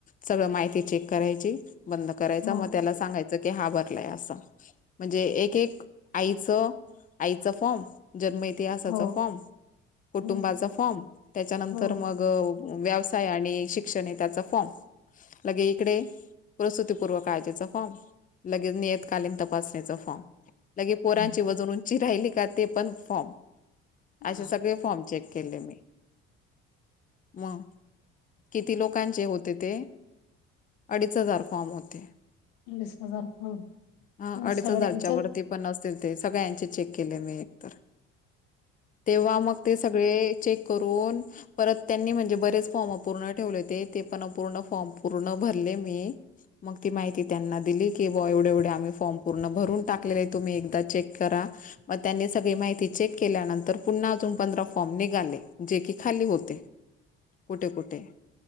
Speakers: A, on the left (about 30°); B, on the left (about 85°).
A: सगळं माहिती चेक करायची बंद करायचा
B: हो
A: मग त्याला सांगाय च की हा बरलाय असा, म्हणजे एक एक आईच आईचा फॉर्म जन्मय ते आसाचा
B: हो
A: फॉर्म, कुटुंबाचा
B: हम्म
A: फॉर्म त्याच्यानंतर
B: हो.
A: मग व तय आणि शिक्षणे त्याचा फॉर्म. लगे इकडे प्रस्तुतीपूर्व काळजीच फॉर्म. लगेच नियतकालीन तपासणीचं फॉर्म. लगे पोरांची
B: हम्म.
A: वजून उंची राहिली का ते पण फॉर्म. अशे
B: बाप.
A: सगळे फॉर्म चेक केले मी, मग. किती लोकांचे होते ते, अडीच हजार फॉर्म होते.
B: वीस हजार प
A: हा अडीच
B: सगळ्यांचं.
A: हजारच्या वरती पण असतील ते सगळ्यांचे चेक केले मी एक तर. तेव्हा मग ते सगळे चेक करून. परत त्यांनी म्हणजे बरेच फॉर्म अपूर्ण ठेवले होते ते पण अपूर्ण फॉर्म पूर्ण भरले मी. मग ती माहिती त्यांना दिली की ब एवढे एवढे आम्ही फॉर्म पूर्ण भरून टाकलेले आहे तुम्ही एकदा चेक करा. मग त्यांनी सगळी माहिती चेक केल्यानंतर पुन्हा अजून पंधरा फॉर्म निघाले जे की खाली होते. कुठे कुठे.